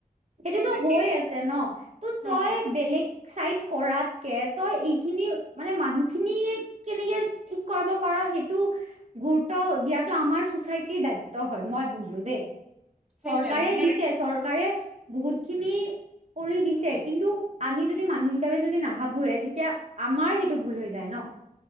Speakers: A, on the right; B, in the centre.
A: সেইটোতো
B: সেইটোৱে
A: হৈ আছে ন, ত' তই
B: উম
A: বেলেগ- ছাইড কৰাতকে তই এই - খিনি, মানে মানুহখিনি কেনেকে ঠিক কৰাব পাৰ সেইটো- গুৰুত্ব দিয়াতটো আমাৰ চচাইটিৰ দায়িত্ব হয়, মই বুজো দেই।
B: সেইটোয়ে
A: চৰকাৰে
B: মানে
A: দিছে চৰকাৰে বহুত খিনি- কৰি দিছে, কিন্তু আমি যদি মানুহ হিচাপে যদি নাভাবো তেতিয়া - আমাৰ সেইটো ভুল হৈ যায় ন।